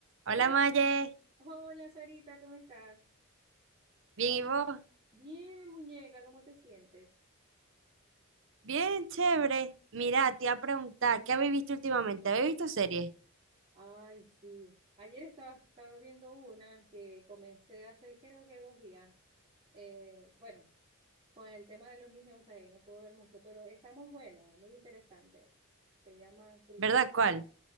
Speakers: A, on the right; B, on the right.
A: Hola,
B: Hola Maye,
A: Sa- hola Sarita, ¿cómo estás?
B: bien y vos,
A: Bien, muñeca, ¿cómo te sientes?
B: bien chévere. Mira, te iba a preguntar, ¿qué habéis visto últimamente? ¿Habéis visto series?
A: Ay, sí. Ayer estaba, estaba viendo una que comencé hace creo que dos días. Eh, bueno, con el tema de los niños ahí, no puedo ver mucho, pero está muy bueno, muy interesante. Se llama Cris-
B: ¿Verdad? ¿Cuál?